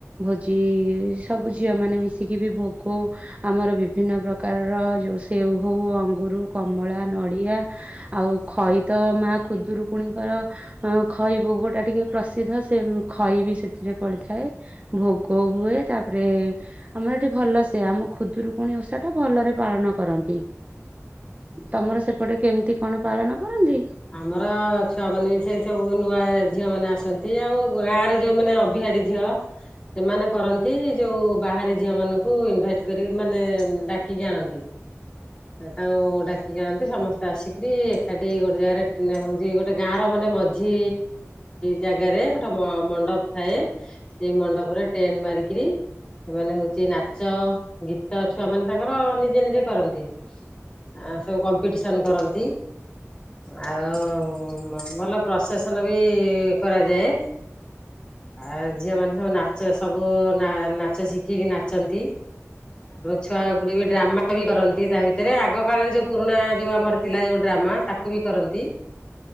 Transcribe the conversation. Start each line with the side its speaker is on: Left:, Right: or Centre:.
Right: ଆଜି ସବୁ ଝିଅ ମାନେ ମିଶିକି ବି ଭୋଗ ଆମର ବିଭିନ୍ନ ପ୍ରକାରର ଯୋଉ ସେଓ ହଉ ଅଙ୍ଗରୁ କମଳା ନଡ଼ିଆ ଆଉ ଖଇ ତ ମା ଖୁଦରୁକୁଣୀଙ୍କର ଖଇ ଭୋଗ ଟା ଟିକେ ପ୍ରସିଦ୍ଧ ସେ ଖଇ ବି ସେଥିରେ ପଡ଼ିଥାଏ ଭୋଗ କୋ ହୁଏ ତାପରେ ଆମର ଏଠି ଭଲ ସେ ଆମ ଖୁଦୁରୁକୁୁଣି ଓଷା ଟା ଭଲରେ ପାଳନ କରନ୍ତି ତମର ସେ ଏପଟେ କେମିତି କଣ ପାଳନ? କରନ୍ତି?
Left: ଆମର ଛୁଆ ମାନେ ବି ସେଇ ସବୁ ନୂଆ ଝିଅ ମାନେ ଆସନ୍ତି ଆଉ ଗାଁରେ ଯୋଉମାନୋନ ଅବହାଡି ଝିଅ ସେମାନେ କରନ୍ତି ଯୋଉ ବାହାରେ ଝିଅ ମାନଙ୍କୁ ଇନଭାଇଟ କର ମାନେ ଡାକିକି ଆଣନ୍ତି ତାଙ୍କୁ ଡାକିକି ଆଣନ୍ତି ସମସ୍ତେ ଆସିକରି ଏକାଠି ଗେ ଜାଗାରେ ହଉଛି ଗୋଟେ ଗାଁ ର ମାନେ ମଝି ଜାଗାରେ ଗୋଟେ ମଣ୍ଡପ ଥାଏ ସେ ମଣ୍ଡପ ରେ ଟେନ ମାରିକରି ସେମାନେ ହଉଛି ନାଚ ଗୀତ ଛୁଆ ମାନ ତାଙ୍କର ନିଜେ ନିଜେ କରନ୍ତି ଆ ସବୁ କମ୍ପିଟିସନ କରନ୍ତି। ଆଉ ଭଲ ପ୍ରସେସନ ବି କରାଯାଏ ଆ ଝିଅ ମାନ ସବୁ ନାଚ ସବୁ ନାଚ ଶିଖିକି ନାଚନ୍ତି ଛୁଆ ଗୁଡେ ବି ଡ୍ରାମା ବି କରନ୍ତି ତା ଭିତରେ ଆଗ କାଳରେ ଯୋଉ ପୁରୁଣା ଯୋଉ ଆମର ଥିଲା ଯୋଉ ଡ୍ରାମା ତାକୁ କ ବି କରନ୍ତି